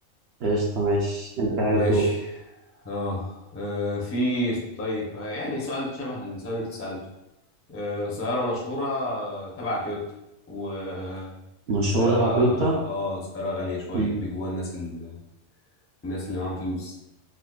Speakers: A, on the right; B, on the left.
A: قشطة ماشي أنت كده حاجة
B: ماشي
A: تدور
B: اه آه، في طيب يعني سؤال شبه السؤال اللي انت سألته آه، سيارة مشهورة آه، تبع تويوتا وسيارة
A: مشهور تبع
B: اه
A: تويوتا
B: سيارة غالية شوية
A: مم.
B: بيجيبوها الناس ال... الناس اللي معاهم فلوس